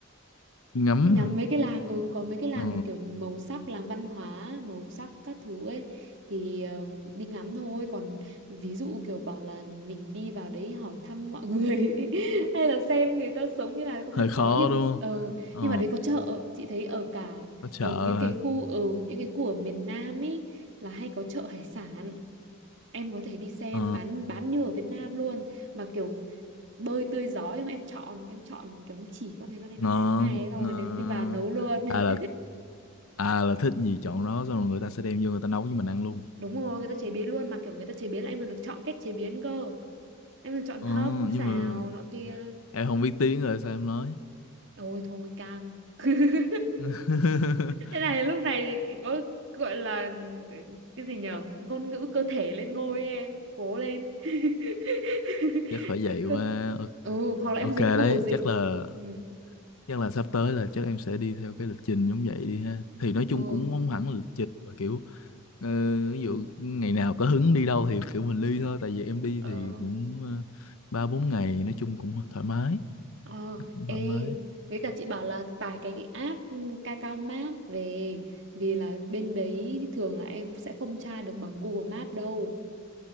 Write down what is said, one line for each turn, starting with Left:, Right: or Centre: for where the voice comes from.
Left: ngắm
Right: đi ngắm
Left: hả
Right: mấy cái làng ừ có mấy cái làng
Left: ờ,
Right: mà kiểu màu sắc làng văn hóa màu sắc các thứ ấy thì ờ, đi ngắm thôi còn ví dụ kiểu bảo là mình đi vào đấy hỏi thăm mọi người <laughs> hay là xem người ta sống như nào cũng
Left: hơi
Right: hơi
Left: khó
Right: khó nhưng
Left: đúng
Right: mà
Left: không
Right: ừ,
Left: ờ,
Right: nhưng mà đấy có chợ chị thấy ở cả
Left: có chợ
Right: ở những cái
Left: hả
Right: khu ở những cái khu ở miền Nam ấy là hay có chợ hải sản em có thể đi xem
Left: ờ,
Right: bán bán như ở Việt Nam luôn mà kiểu bơi tươi giói không em chọn em chọn cái chỉ con này con này
Left: ngon
Right: con này con này xong
Left: ngon
Right: rồi đến đi vào nấu luôn <laughs>
Left: à là à là thích gì chọn đó xong rồi người ta sẽ đem vô người ta nấu với mình ăn luôn
Right: đúng rồi người ta chế biến luôn mà kiểu người ta chế biến là em còn được chọn cách chế biến cơ em được chọn
Left: ờ,
Right: hấp
Left: nhưng
Right: xào
Left: mà
Right: nọ kia
Left: em không biết tiếng rồi sao em nói
Right: ôi thôi căng <laughs>
Left: <laughs>
Right: thế này lúc này thì chỉ có gọi là cái gì nhở ngôn ngữ cơ thể lên ngôi ấy em cố lên <laughs>
Left: chắc phải
Right: chứ
Left: vậy quá
Right: còn
Left: Ờ,
Right: ừ hoặc là
Left: ok
Right: em dùng
Left: đấy
Right: Google dịch
Left: chắc là
Right: ừ
Left: chắc là sắp tới là chắc em sẽ đi theo cái lịch trình giống vậy đi ha thì nói chung
Right: ừ
Left: cũng không hẳn là lịch trình mà kiểu ờ, ví dụ ngày nào có hứng đi đâu thì kiểu mình đi thôi tại vì em đi
Right: ờ
Left: thì cũng ờ, ba bốn ngày nói chung cũng thoải mái
Right: Ờ,
Left: cũng
Right: ê,
Left: thoải mái
Right: với cả chị bảo là tải cái app ừ, Kakao Map về vì là bên đấy thường là em sẽ không tra được bằng Google Map đâu.